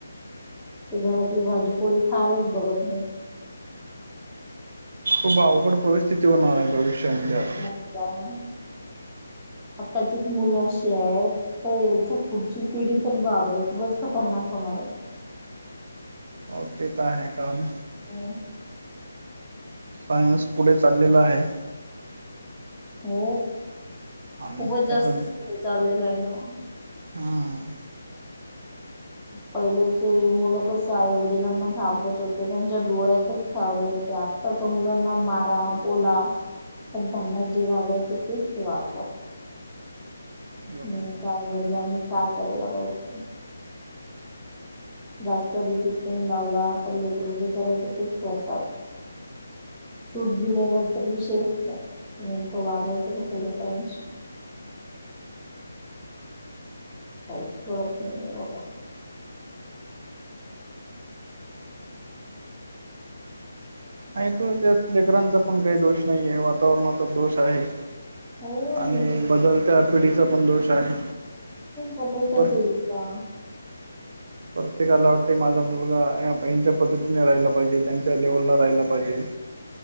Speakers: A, in the centre; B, on the right (about 50°).
A: ते घरातली भाजीपोळी खायलच बघत नाही.
B: खूप अवघड परिस्थिती होणार आहे भविष्यामध्ये आता
A: मग काय, आत्ताचीच मुलं अशी आहेत तर यांच्या पुढची पिढी तर बापरे, खूपच खतरनाक होणार आहे. <inaudible>
B: हो, ते तर आहे काम
A: हो
B: सायन्स पुढे चाललेला आहे
A: हो,
B: आणि
A: खूपच
B: त्याचा
A: जास्तच पुढे चाललेला आहे ना?
B: हम्म
A: पहिलेचे मुलं कस आई वडिलांना घाबरत होते त्यांच्या डोळ्यातच घाबरत होते, आता आत्ताच मुलांना मारा बोला पण त्यांना जे वागायचं तेच ते वागतात.
B: बरोबर
A: न त्या आई वडलांनी काय करायला पाहिजचं? जास्त डिसिप्लिन लावला तर लेकर जे करायच तेच करतात. सूट दिल्यावर तर विषयच नाही, नेमकं वागायचं कसं लेकरांशी? काहीचं कळत नाहीये बघा.
B: आणि ते त्यात लेकरांचा पण काही दोष नाहीये, वातावरणाचा दोष आहे.
A: हो म्हणजे
B: आणि बदलत्या पिढीचा पण दोष आहे.
A: बदलत्या
B: पर
A: पिढीचा
B: प्रत्येकाला वाटते माझा मुलगा यांच्या पद्धतीने राहिला पाहिजे, त्यांच्या लेवलला राहियला पाहिजे